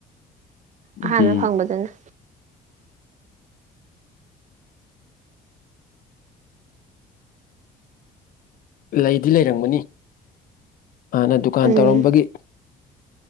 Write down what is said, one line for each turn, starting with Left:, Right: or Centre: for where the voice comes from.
Left: ꯎꯝ
Right: ꯑꯍꯥꯟꯕ ꯐꯪꯕꯗꯅ
Left: ꯂꯩꯗꯤ ꯂꯩꯔꯝꯒꯅꯤ ꯍꯥꯟꯅ ꯗꯨꯀꯥꯟ
Right: ꯎꯝ
Left: ꯇꯧꯔꯝꯕꯒꯤ